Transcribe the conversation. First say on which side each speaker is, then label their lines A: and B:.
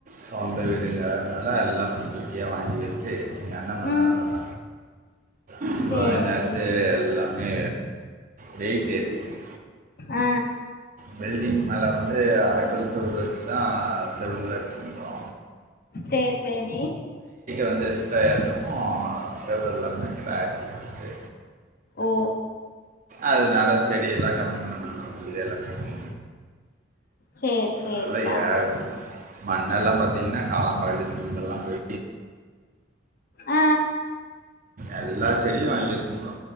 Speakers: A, on the right; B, on the left.
A: சொந்த வீட் விடுங்க அதுனால எல்லா புருஞ்சுக்கிய வாங்கி வச்சு ஏ அண்ண
B: ம்
A: <unintelligible>
B: சேர்
A: என்னாச்சு
B: சேரி
A: எல்லாமே வெய்ட் ஏரிச்
B: அ
A: வெல்டிங் மேல வந்து அரைக்கல் செவுரு வச்சுதா செவுருலா எடுத்துருந்தோ
B: சேர் சேரி
A: வந்து எக்ஸ்ட்ரா ஏத்துரமோ செவருலா க்ரேக் உட்ருச்சு
B: ஓ
A: அதுனால செடிய எல்லா கம்மி பண்ணனு இது எல்லா கம்மி
B: சேர் சேரிப்பா
A: அதுல்ல ஏர் போத் மண்ணெல்லாம் பாத்திங்னா காலாம்பாளையத்துல இருந்தெல்லாம் போயி
B: ஆ
A: எல்லா செடியு வாங்கி வெச்சுருந்தோ